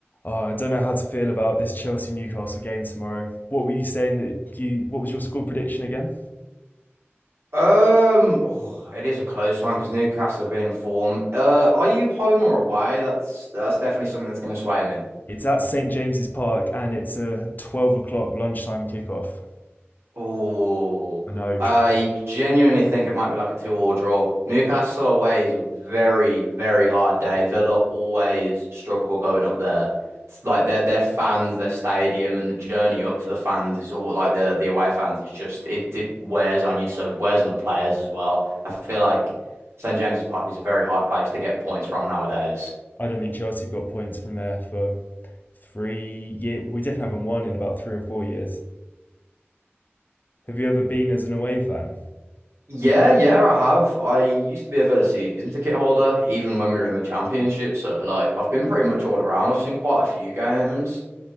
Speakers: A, on the left (about 45°); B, on the right (about 75°).
A: Oh, I don't know how to feel about this Chelsea Newcastle game tomorrow. What were you saying that you? What was your score prediction again?
B: Um, oh, it is a close one because Newcastle have been in form. Uh, are you home or away? That's that's definitely something that's going to sway me.
A: It's at St James's Park and it's a twelve o'clock lunchtime kickoff.
B: Oh,
A: I know.
B: I genuinely think it might be like a two-all draw. Newcastle away is a very, very hard day. Villa always struggle going up there. It's like their their fans, their stadium, and the journey up for the fans is all like the the away fans is just it it wears on you, so it wears on the players as well. I feel like St James's Park is a very hard place to get points from nowadays.
A: I don't think Chelsea have got points from there for three years. We definitely haven't won in about three or four years. Have you ever been as an away fan?
B: Yeah, yeah, I have. I used to be a Villa season ticket holder, even when we were in the championship. So like I've been pretty much all around. I've seen quite a few games.